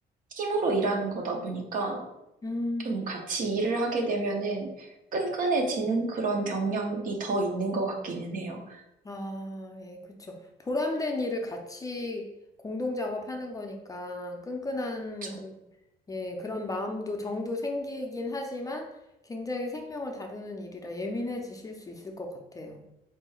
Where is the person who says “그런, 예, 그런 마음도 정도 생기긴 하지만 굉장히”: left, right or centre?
Left